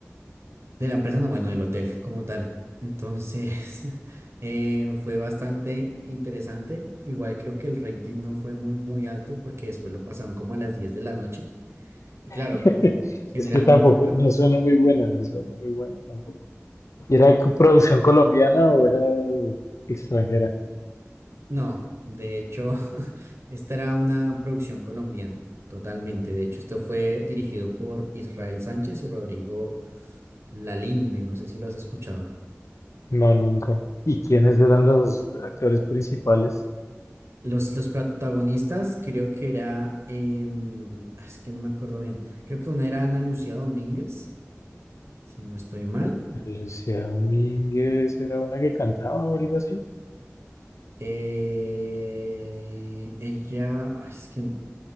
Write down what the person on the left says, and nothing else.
<laughs>
Es que tampoco,
no suena muy buena, no suena muy buena tampoco. ¿Y ¿Era co- producción colombiana o era extranjera?
No, nunca. ¿Y quiénes eran los actores principales?
Lucía Domínguez era una que cantaba o algo así.